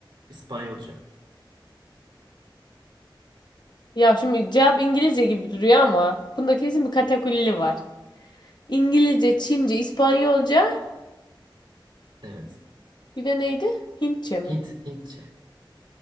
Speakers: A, on the right; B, on the left.
A: İspanyolca.
B: Ya şimdi cevap İngilizce gibi duruyor ama bunda kesin bir katakulli var. İngilizce, Çince, İspanyolca.
A: Evet.
B: Bir de neydi? Hintçe mi?
A: Hint, Hintçe.